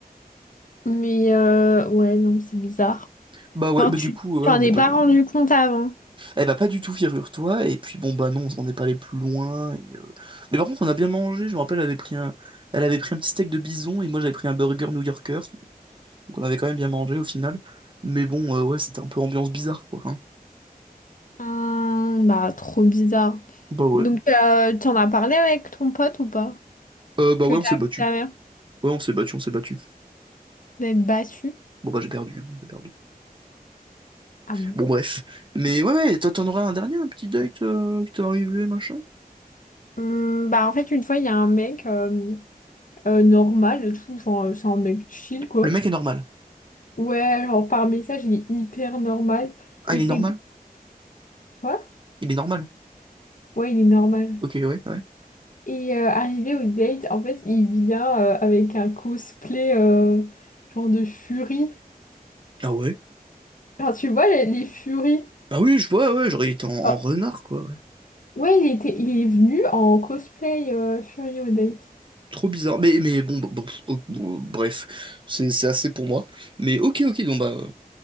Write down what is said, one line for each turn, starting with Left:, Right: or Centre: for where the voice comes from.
Left: Mais euh, ouais, non, c'est bizarre.
Right: Bah ouais,
Left: Enfin,
Right: bah
Left: tu
Right: du coup, ouais,
Left: t'en
Right: on n'est
Left: es
Right: pas
Left: pas
Right: les.
Left: rendu compte avant.
Right: Eh bah pas du tout, figure-toi. Et puis bon, bah non, on n'est pas allé plus loin. et, euh, Mais par contre, on a bien mangé. Je me rappelle, elle avait pris un, elle avait pris un petit steak de bison et moi j'avais pris un burger new-yorker. Donc on avait quand même bien mangé au final. Mais bon, euh, ouais, c'était un peu ambiance bizarre, quoi. hein.
Left: Hmm, bah, trop bizarre.
Right: Bah ouais.
Left: Donc, euh, t'en as parlé avec ton pote ou pas?
Right: Euh, bah
Left: Que
Right: ouais,
Left: t'as
Right: on s'est battu.
Left: vu ta mère?
Right: Ouais, on s'est battu, on s'est battu.
Left: Vous êtes battu?
Right: Bon bah j'ai perdu, hein, j'ai perdu.
Left: Ah bon?
Right: Bon bref. Mais ouais, ouais, toi t'en auras un dernier, un petit date euh, qui t'est arrivé, machin.
Left: Hmm, bah, en fait, une fois, il y a un mec euh, euh, normal et tout. Enfin, euh, c'est un mec chill, quoi.
Right: Le mec est normal.
Left: Ouais, genre par message, il est hyper normal.
Right: Ah,
Left: Et
Right: il est
Left: c'est
Right: normal.
Left: quoi?
Right: Il est normal.
Left: Ouais, il est normal.
Right: Ok, ouais, ouais.
Left: Et euh, arrivé au date, en fait, il vient euh, avec un cosplay euh, genre de furie.
Right: Ah ouais.
Left: Genre, tu vois, les, les furies.
Right: Bah oui, je vois, ouais, j'aurais été en, en
Left: Ah,
Right: renard, quoi. ouais.
Left: Ouais, il était, il est venu en cosplay euh, furie au date.
Right: Trop bizarre. Mais, mais bon, bah, bon, oh, bon, bref, c'est c'est assez pour moi. Mais ok, ok, donc bah. euh,